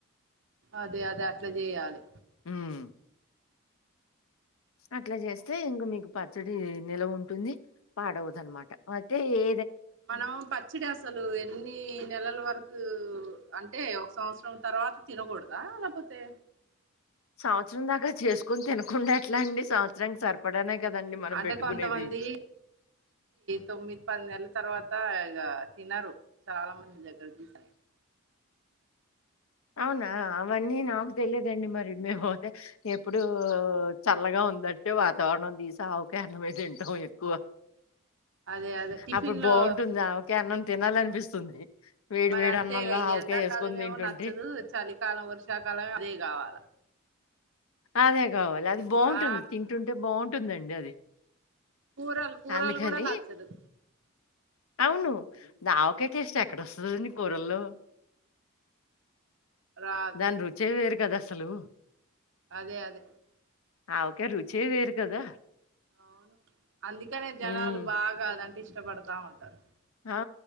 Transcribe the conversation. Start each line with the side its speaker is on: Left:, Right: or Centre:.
Right: అదే అదే అట్లా చేయాలి.
Left: ఉమ్. అట్లా చేస్తే ఇంక మీకు పచ్చడి నిల్వ ఉంటుంది పాడవదాన్నమాట అయితే ఏ
Right: మనం పచ్చడి అసలు ఎన్ని నెలల వరకు. అంటే ఒక సంవత్సరం తర్వాత తినకూడదా లేకపోతే.
Left: సంవత్సరం దాకా చేసుకొని తినకుండా ఎట్లా అండి సంవత్సరానికి సరిపడానే. కదండి మనం
Right: అంటే
Left: పెట్టుకునేది
Right: కొంతమంది తొమ్మిది పది నెలల తర్వాత ఇక తీనరు చాలా మంది దగ్గర తీస
Left: అవునా అవన్నీ నాకు తెలిదండి మరి మేము అవుతే ఎప్పుడు చల్లగా ఉందంటే వాతావరణం తీసవుకన మేలుంటావు ఎక్కువ
Right: అదే అదే టిఫిన్
Left: అప్పుడు
Right: లో
Left: బాగుంటుంది ఆవకాయ అన్నం తినాలనిపిస్తుంది వేడి
Right: మరి
Left: వేడి
Right: అంతేగా
Left: అన్నంలో
Right: ఈ
Left: ఆవకాయ
Right: ఎండాకాలం
Left: వేసుకొని
Right: ఏమో
Left: తింటుంటే
Right: నచ్చదు చలికాలం వర్షాకాలం అదే కావాల
Left: అదే కావాలి అది బాగుంటుంది
Right: ఆ
Left: తింటుంటే బాగుంటుందండి అది
Right: కూరలు కూరలు
Left: అందుకని
Right: కూడా నచ్చదు
Left: అవును అది ఆవకాయ టేస్ట్ ఎక్కడొస్తుంది అండి కూరల్లో
Right: రాదు
Left: దాని రుచే వేరు కదా అసలు
Right: అదే అదే
Left: ఆవకాయ రుచే వేరు కదా
Right: అవును అందుకనే జనాలు
Left: హ్మ్.
Right: బాగా అదంటే ఇష్టపడతా ఉంటారు
Left: ఆ